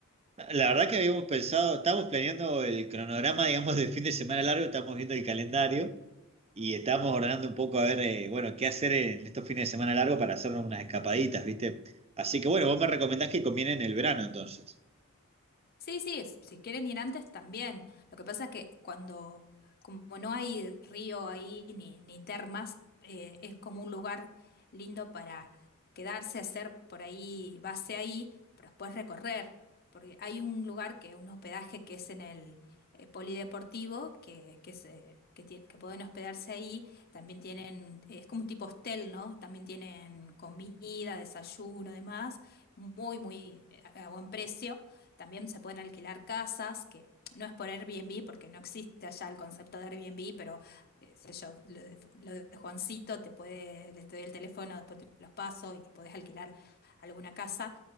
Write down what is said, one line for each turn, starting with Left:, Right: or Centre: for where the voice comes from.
Right: La verdad que habíamos pensado, estábamos planeando el cronograma, digamos, del fin de semana largo, estábamos viendo el calendario. Y estábamos ordenando un poco a ver, eh, bueno, qué hacer en estos fines de semana largos para hacernos unas escapaditas, ¿viste? Así que bueno, vos me recomendás que conviene en el verano entonces.
Left: Sí, sí, es- si quieren ir antes también. Lo que pasa es que cuando, como no hay río ahí ni, ni termas, eh, es como un lugar lindo para quedarse, hacer por ahí base ahí, pero después recorrer, porque hay un lugar que un hospedaje que es en el eh, polideportivo, que, que, se- que, tie- que pueden hospedarse ahí, también tienen, eh, es como un tipo hostel, ¿no? También tienen comida, desayuno, demás, muy, muy eh, a a buen precio también se pueden alquilar casas, que no es por Airbnb, porque no existe allá el concepto de Airbnb, pero eh, sé yo, lo de, lo de Juancito, te puede, le te doy el teléfono, después te los paso y podés alquilar alguna casa